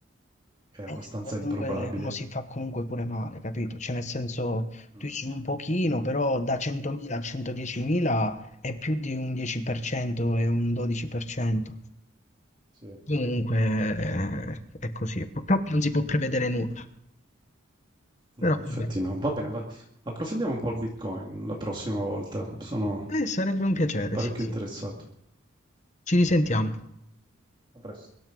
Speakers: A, on the right; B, on the left.
A: è
B: eh,
A: abbastanza improbabile.
B: comunque uno si fa comunque pure male, capito? Cioè nel senso,
A: Mm.
B: tu dici un pochino, però da 100.000 a 110.000 è più di un 10% e un 12%.
A: Sì.
B: Comunque eh, è così, purtroppo non si può prevedere nulla, però
A: No, in effetti
B: vabbè.
A: no. Va bene, va- approfondiamo un po' il Bitcoin la prossima volta. Sono
B: Eh, sarebbe un piacere,
A: parecchio
B: sì, sì.
A: interessato.
B: Ci risentiamo.
A: A presto.